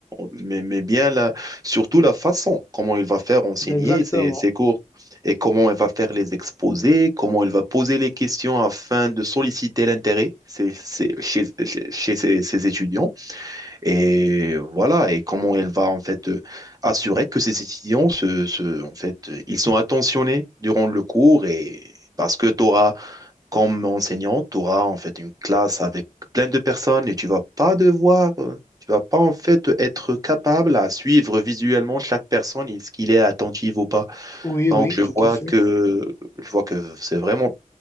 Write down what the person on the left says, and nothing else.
Exactement.
Oui,
oui,
tout
à fait.